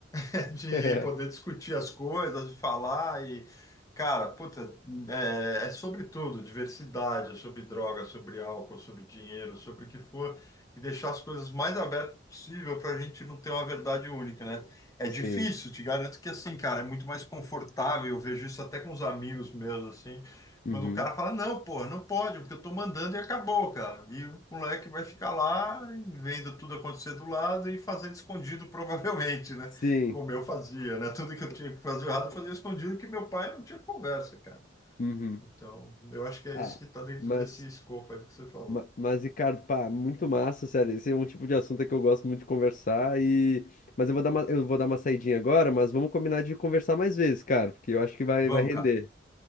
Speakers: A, on the left; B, on the left.
A: <laughs> de
B: <laughs>
A: poder discutir as coisas, de falar e, cara, puta, é, é sobre tudo, diversidade, é sobre droga, é sobre álcool, sobre dinheiro, sobre o que for, e deixar as coisas mais abertas possível para a gente não ter uma verdade única, né? É
B: Sim.
A: difícil, te garanto que assim, cara, é muito mais confortável, eu vejo isso até com os amigos meus, assim,
B: Uhum.
A: quando o cara fala, não, porra, não pode, porque eu tô mandando e acabou, cara. E o moleque vai ficar lá e vendo tudo acontecer do lado e fazendo escondido, <laughs> provavelmente, né?
B: Sim.
A: como eu fazia, né? Tudo que eu tinha que fazer errado, eu fazia escondido, que meu pai não tinha conversa, cara.
B: Uhum.
A: Então, eu acho que é
B: Ah,
A: isso que está dentro
B: mas,
A: desse escopo aí do que você falou.
B: ma- mas, Ricardo, pá, muito massa, sério. Esse é um tipo de assunto que eu gosto muito de conversar e... Mas eu vou dar uma, eu vou dar uma saidinha agora, mas vamos combinar de conversar mais vezes, cara, porque eu acho que vai,
A: Vamos,
B: vai render.
A: cara.